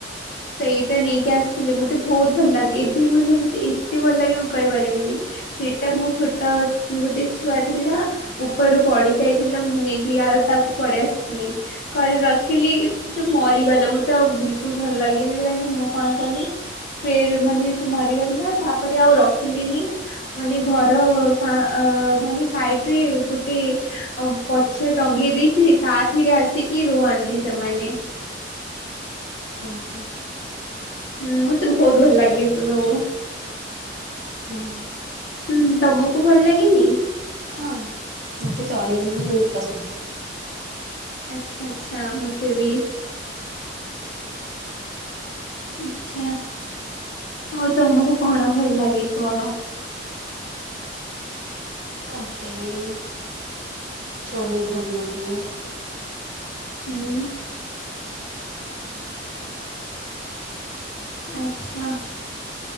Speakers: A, on the left (about 55°); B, on the right (about 40°).
A: ସେଇଟା ନେଇକି ଆସିଥିଲେ, ମତେ ବହୁତ୍ ଭଲ ଲାଗେ, ଏବେ ମାନେ ମତେ ଏତେ ଭଲ ଲାଗେ ମୁଁ କହିପାରିବିନି। ସେଇଟା ମୋ ଛୋଟ ଗୋଟେ ଛୁଆ ଥିଲା। ଉପରୁ ପଡି ଯାଇଥିଲା, ମୁଁ ନେଇକି ଆଉ ତାକୁ ପଡେଇ ଆସିଥିଲି। କରି ରଖିଲି ସେ ମରିଗଲା ମତେ ଆଉ ବିଲକୁଲ ଭଲ ଲା ଇଏ ନେଲାନି ମୁଁ କଣ କଲି ଫିର ମାନେ ସେ ମରିଗଲା ତାପରେ ଆଉ ରଖିଲିନି। ମାନେ ଘର ଅ ସା ଅ ମାନେ ସାଇଡ ରେ ଗୋଟେ ଅ ପଛ ଟଙ୍ଗେଇ ଦେଇଛି ତାଥିରେ ଆସିକି ରୁହନ୍ତି ସେମାନେ।
B: ଅ ହୁଁ
A: ହୁଁ ମତେ ବହୁତ ଭଲ ଲାଗେ ଏ ସବୁ
B: ହୁଁ ଉଁ
A: ହୁଁ ତମକୁ ଭଲ ଲାଗେନି?
B: ହଁ ମତେ ଚଢେଇ ମାନେ ବହୁତ ପସନ୍ଦ।
A: ଆଛା, ଆଛା ମତେ ବି। ଆଛା, ଆଉ ତମକୁ କଣ ଭଲ ଲାଗେ କୁହ?
B: ମତେ ଏଇ ଚଢେଇ ଭଲ ଲାଗେ।
A: ହୁଁ ଆଛା।